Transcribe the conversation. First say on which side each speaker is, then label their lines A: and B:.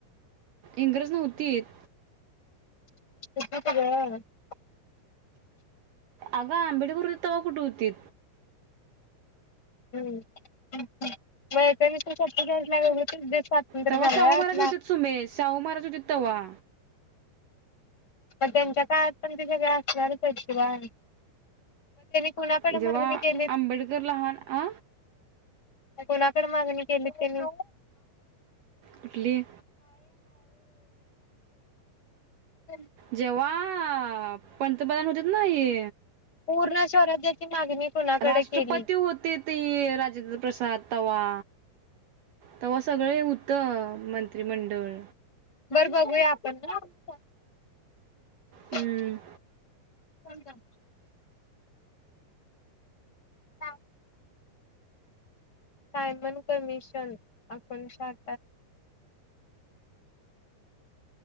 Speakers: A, on the right; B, on the left.
A: इंग्रज नव्हतीत.
B: <unintelligible>
A: आगं आंबेडकर होतीत तव्हा कुठ होती?
B: <unintelligible> <unintelligible>
A: तव्हा
B: झालाय
A: शाहू महाराज
B: आपला
A: होतीत सुमेश. शाहू महाराज होतीत तव्हा.
B: मग त्यांच्या काळात पण ते सगळे असणारच आहेत की बाळ. कुणाकडे
A: जेव्हा
B: मागणी केली
A: आंबेडकर लहान‌ आ
B: कुणाकडं मागणी केलीत त्यांनी?
A: कुठली
B: <unintelligible> <unintelligible>
A: जेव्हा पंतप्रधान होतेत ना ये
B: पूर्ण स्वराज्याची मागणी कुणाकडे
A: राष्ट्रपती
B: केली?
A: होते ते राजेंद्र प्रसाद तव्हा. तव्हा सगळें होतं मंत्रिमंडळ.
B: बरं बघूया आपण हा.
A: हम्म.
B: <inaudible> थांब-थांब. सांग. सायमन कमिशन आपणं